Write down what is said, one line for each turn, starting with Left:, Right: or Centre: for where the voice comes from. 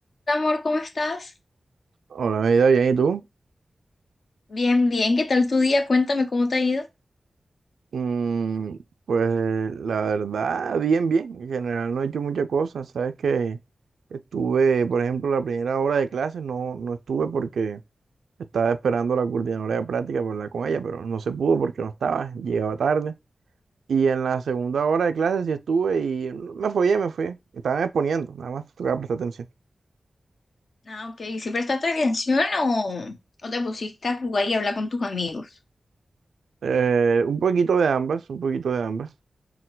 Left: amor, ¿cómo estás?
Right: Hola, mi vida, bien, ¿y tú?
Left: Bien, bien, ¿qué tal tu día? Cuéntame cómo te ha ido.
Right: Mm, pues la verdad, bien, bien. En general no he hecho muchas cosas. Sabes que estuve, por ejemplo, la primera hora de clases no, no estuve porque estaba esperando a la coordinadora de práctica para hablar con ella, pero no se pudo porque no estaba, llegaba tarde. Y en la segunda hora de clases sí estuve y me follé, me fui. Estaban exponiendo, nada más tocaba prestar atención.
Left: Ah, ok, ¿sí prestaste atención o, o te pusiste a jugar y hablar con tus amigos?
Right: Eh, un poquito de ambas, un poquito de ambas.